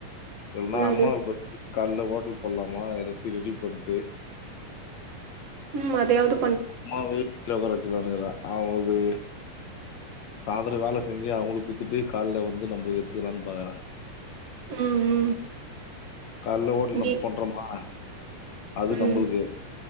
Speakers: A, on the left; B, on the right.
A: என்ன
B: என்னது
A: அம்மாவ ஃபஸ்ட்டு கால்ல ஹோட்டல் போட்லாமா எல்லாத்தையு ரெடி பண்ட்டு
B: ம் அதயாவது
A: அம்மாவ வீட்டுல உக்கார வெச்சுட்லானு இருக்கே அவங்க சாயந்தர வேல செஞ்சு அவங்களுக்கு குத்துட்டு கால்ல வந்து நம்பளுக்கு எத்துக்கலான்னு பாக்குற
B: ம் ம்
A: கால்ல ஓட்டல்
B: நீ
A: நம்ம பண்றோமா அது
B: ம்
A: நம்பளுக்கு